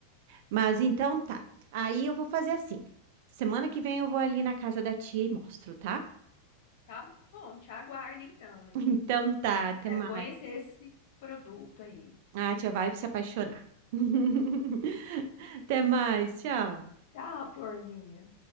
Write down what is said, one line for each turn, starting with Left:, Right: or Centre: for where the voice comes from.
Right: Mas então tá. Aí eu vou fazer assim. Semana que vem eu vou ali na casa da tia e mostro, tá?
Left: Tá bom, te aguardo então,
Right: <laughs>
Left: hein?
Right: Então tá, até
Left: Quero
Right: mais.
Left: conhecer esse produto aí.
Right: Ah, a tia vai se apaixonar. <laughs> Até mais, tchau.
Left: Tchau, florzinha.